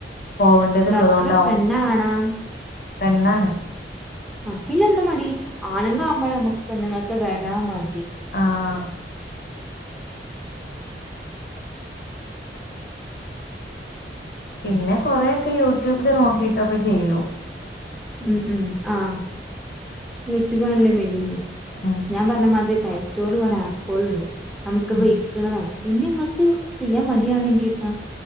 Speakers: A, on the left; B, in the centre.
A: പോവണ്ട്യത്
B: ഡോക്ടർ
A: ഉള്ളതോണ്ടാവും.
B: പെണ്ണാണാ
A: പെണ്ണാണ്.
B: ആഹ് പിന്നെന്താ മടി, ആണുങ്ങളാവുമ്പം നമ്മക്ക് പെണ്ണുങ്ങക്ക് വരാൻ മടി.
A: ആഹ് പിന്നെ കൊറേ ക്കെ യൂട്യൂബില് നോക്കിയിട്ടൊക്കെ ചെയ്യൂം.
B: ഉം ഉം ആഹ് യൂടൂബാണല്ലോ മെയ്ന്.
A: ആഹ്
B: ഞാൻ പറഞ്ഞ മാതിരി പേസ്റ്റോറില് കൊറേ ആപ്പേള്ണ്ട് നമുക്ക്
A: ഉം
B: വെയ്ക്ക്ണതാണ്. പിന്നെങ്ങക്ക് ചെയ്യാൻ മടിയാണെങ്കി എത്താ